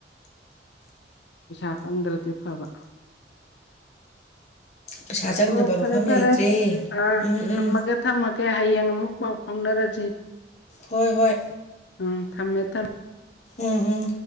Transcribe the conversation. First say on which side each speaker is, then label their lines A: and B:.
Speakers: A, on the left; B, on the left.
A: ꯄꯩꯁꯥ ꯆꯪꯗ꯭ꯔꯗꯤ ꯐꯕ
B: ꯄꯩꯁꯥ ꯆꯪꯗꯕ
A: ꯑꯣ ꯐꯔꯦ
B: ꯃꯐꯝ
A: ꯐꯔꯦ
B: ꯂꯩꯇ꯭ꯔꯦ
A: ꯑ
B: ꯎꯝ
A: ꯊꯃꯒ
B: ꯎꯝ
A: ꯊꯝꯃꯒꯦ ꯍꯌꯦꯡ ꯑꯃꯨꯛ ꯄꯥꯎ ꯐꯥꯎꯅꯔꯁꯤ
B: ꯍꯣꯏ ꯍꯣꯏ
A: ꯎꯝ ꯊꯝꯃꯦ ꯊꯝꯃꯦ
B: ꯎꯝ ꯎꯝ